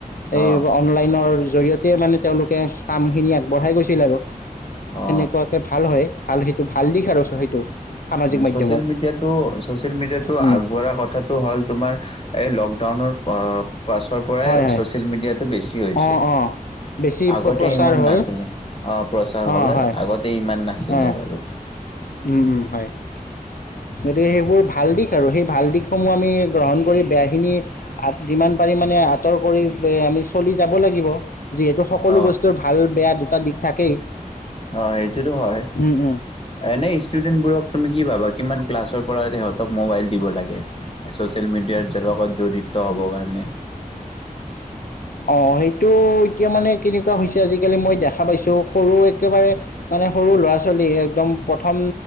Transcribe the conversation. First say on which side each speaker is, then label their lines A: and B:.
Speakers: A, on the left; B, on the left.
A: এই
B: অ
A: অনলাইনৰ জৰিয়তে মানে তেওঁলোকে কাম খিনি আগবঢ়াই গৈছে ছিল আৰু
B: অ
A: সেনেকুৱাকে ভাল হয় ভাল সেইটো ভাল দিশ আৰু সেইটো সামাজিক মাধ্যমৰ
B: চচিয়েল মিডিয়াতো চচিয়েল মিডিয়াতো
A: উম,
B: আগবঢ়া কথাটো হল তোমাৰ এই লকডাউনৰ পাছৰ পৰাই
A: হয় হয়
B: ছ'চিয়েল মিডিয়াটো বেছি হৈছে
A: অঁ অঁ বেছি
B: আগতে
A: প্ৰচাৰ
B: ইমান
A: হ'ল
B: নাছিলে অঁ প্ৰচাৰ হ'লে
A: অঁ হয়
B: আগতে ইমান নাছিলে
A: অ'
B: বাৰু
A: উম উম হয় গতিকে সেইবোৰ ভাল দিশ আৰু সেই ভাল দিশসমূহ আমি গ্ৰহণ কৰি বেয়াখিনি যিমান পাৰি মানে আঁতৰ কৰি আমি চলি যাব লাগিব যিহেতু সকলো
B: অ
A: বস্তুৰ ভাল বেয়া দুখ এটা দিশ থাকেই
B: অঁ সেইটোতো হয়
A: উম উম
B: এনে ষ্টুডেন্ট বোৰক তুমি কি ভাবা কিমান ক্লাছৰ পৰা তেহঁতক মোবাইল দিব লাগে ছ'চিয়েল মিডিয়াৰ লগত জড়িত হ'ব কাৰণে
A: অঁ সেইটো এতিয়া মানে কেনেকুৱা হৈছে, আজিকালি মই দেখা পাইছোঁ সৰু একেবাৰে মানে সৰু ল'ৰা-ছোৱালী একদম প্ৰথম